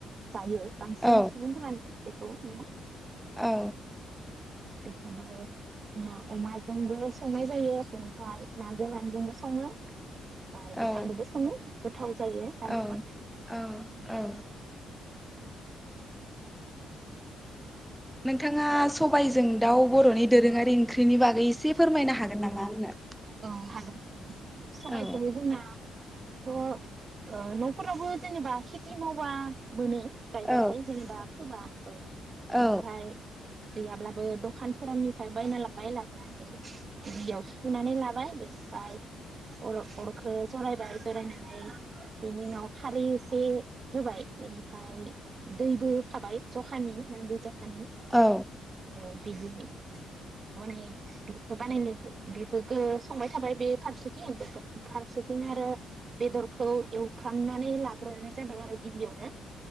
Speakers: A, on the right; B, in the centre.
A: जायो बांसिन
B: औ
A: सुबुंफ्रानो। बेखौ नामा
B: औ।
A: बेखौनो ना अमाजोंबो संनाय जायो ओमफ्राय ना गोरानजोंबो सङो आरो बे
B: औ
A: गोथांनोबो सङो गोथां जायो आरोना।
B: औ औ औ नोंथाङा सबायाइजों दाउ बर'नि दोरोङारि ओंख्रिनि बागै एसे फोरमायनो हागोन नामा आंनो?
A: औ हागोन। सबायखौ
B: औ
A: जोंना थ' ओ न'फोरावबो जेनेबा खेथि मावबा मोनो। गायबाथाय
B: औ
A: जेनेबा फोबा औ बेनिफाय
B: औ
A: गैयाब्लाबो दखानफोरनिफ्राय बायना लाबबाय लाबनानै दैयाव सुुनानै लाबाय बेनिफाय अर'-अर' खो जरायबाय जरायनानै बेनि उनाव खारै एसे होबाय बेनिफ्राय दैबो होखाबाय जखानि नांगौ जखानि
B: औ
A: औ बिदि <unintelligible> बेखो बानायनो बेखो खो संबाय थाबाय बे फारसेथिं ओ फारसेथिं आरो बेदरखौ एवफ्रामनानै लाग्रोनाय जाबाय आरो गिबियावनो।